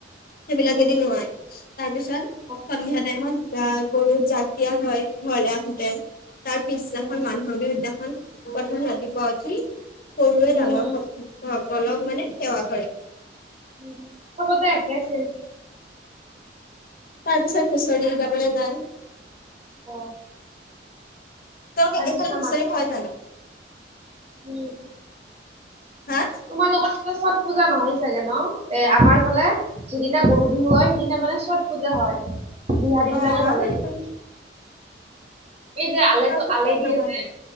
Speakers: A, on the left; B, on the right.
A: সেইবিলাকেদি
B: উম
A: নোৱাই, তাৰপিছত
B: অ
A: সন্ধিয়া টাইমত গৰু জাক দিয়া হয়, ঘৰলে আহোতে, তাৰপিছদিনাখন
B: উম
A: মানুহৰ বিৰুদ্ধ। প্ৰথম ৰাতিপুৱা উঠি। সৰুৱে ডাঙৰ
B: উম উম
A: স- সকলক মানে সেৱা কৰে।
B: উম' চবতে একে আছে।
A: তাৰপিছত হুচৰি গাবলে যায়।
B: অ
A: তেওঁলোকে,
B: তাৰ
A: এইফালে
B: নিচিনা
A: হুচৰি
B: মানুহ
A: হয় জানো।
B: উম'।
A: হা
B: তোমালোকৰ তাতে চব। পূজা নহয় চাগে ন। এ আমাৰ ফালে যিদিনা গৰু বিহু হয়, সেইদিনা মানে চট পূজা হয়। বিহাৰী
A: অ'
B: বিলাকে পালে
A: আমাৰ
B: এইটো।
A: এইফালে
B: এই যে আলেইটো
A: আমাৰ এইফালে
B: আলেই দিয়ে
A: নহয়
B: যে।
A: জানো?